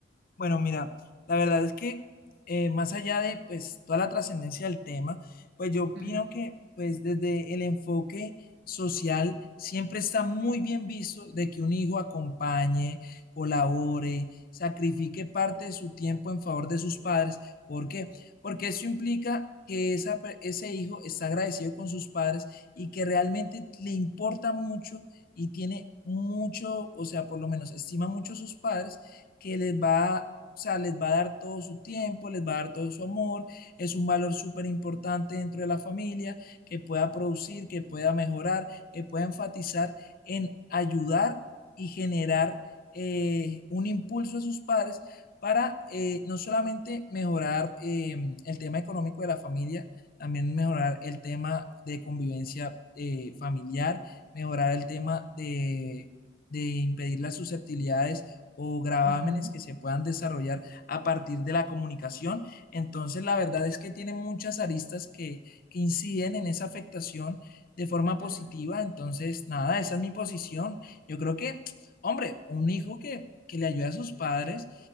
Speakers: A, on the left (about 50°); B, on the right (about 70°).
A: Bueno, mira, la verdad es que eh, más allá de pues toda la trascendencia del tema, pues yo opino
B: Ujú,
A: que pues desde el enfoque social siempre está muy bien visto de que un hijo acompañe, colabore, sacrifique parte de su tiempo en favor de sus padres. ¿Por qué? Porque eso implica que esa pe- ese hijo está agradecido con sus padres y que realmente le importa mucho y tiene mucho, o sea, por lo menos estima mucho a sus padres que les va, a, o sea, les va a dar todo su tiempo, les va a dar todo su amor, es un valor súper importante dentro de la familia, que pueda producir, que pueda mejorar, que pueda enfatizar en ayudar y generar eh, un impulso a sus padres para eh, no solamente mejorar eh, el tema económico de la familia, también mejorar el tema de convivencia eh, familiar, mejorar el tema de, de impedir las susceptibilidades o gravámenes
B: ujú,
A: que se puedan desarrollar a partir de la comunicación. Entonces, la verdad es que tiene muchas aristas que, que inciden en esa afectación de forma positiva.
B: ujú.
A: Entonces, nada, esa es mi posición. Yo creo que, hombre, un hijo que, que le ayuda a sus padres